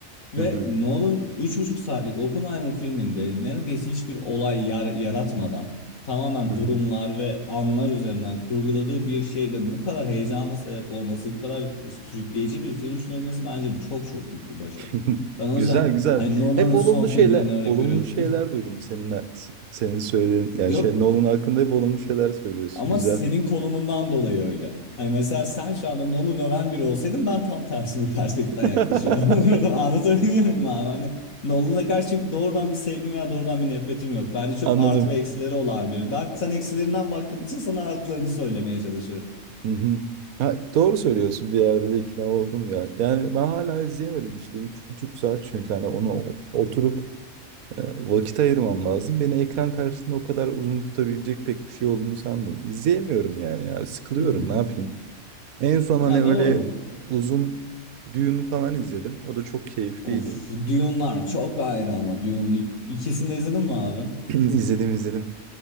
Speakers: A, on the left; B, on the right.
A: Ve
B: Hı hı.
A: Nolan üç buçuk saatlik Oppenheimer filminde neredeyse hiçbir olay yar- yaratmadan tamamen
B: Hı hı.
A: durumlar ve anlar üzerinden kurguladığı bir şeyde bu kadar heyecana sebep olması, bu kadar sürükleyici bir film sunabilmesi bence çok çok büyük bir başarı.
B: <laughs>
A: Ben o
B: Güzel
A: yüzden
B: güzel.
A: hani Nolan'ın
B: Hep olumlu
A: son filmlerine
B: şeyler,
A: örnek
B: olumlu
A: veriyorum.
B: şeyler duydum seninle, senin söylediğin. Yani
A: <laughs> Yok
B: şey Nolan hakkında hep olumlu şeyler söylüyorsun.
A: Ama
B: Güzel.
A: senin konumundan dolayı öyle. Hani mesela sen şu anda Nolan öven biri olsaydın ben tam tersi bir perspektiften
B: <laughs>
A: yaklaşıyor olurdum. <laughs> Anlatabiliyor muyum abi? Hani Nolan'a karşı çünkü doğrudan bir sevgim veya doğrudan bir nefretim yok. Bence çok
B: Anladım.
A: artı ve eksileri olan biri. Ben sen eksilerinden baktığın için sana artılarını söylemeye çalışıyorum.
B: Hı hı. Ha, doğru söylüyorsun bir yerde de ikna oldum ya. Yani ben hala izleyemedim işte. Üç buçuk saat çünkü hani onu oturup E, Vakit ayırmam lazım. Beni ekran karşısında o kadar uzun tutabilecek pek bir şey olduğunu sanmıyorum. İzleyemiyorum yani ya. Sıkılıyorum.
A: <laughs>
B: Ne yapayım? En son hani
A: Ya
B: öyle
A: doğru.
B: uzun düğün falan izledim. O da çok keyifliydi.
A: Of Dune'lar çok ayrı ama Dune ik- ikisini de izledin mi abi?
B: <clears throat> İzledim izledim.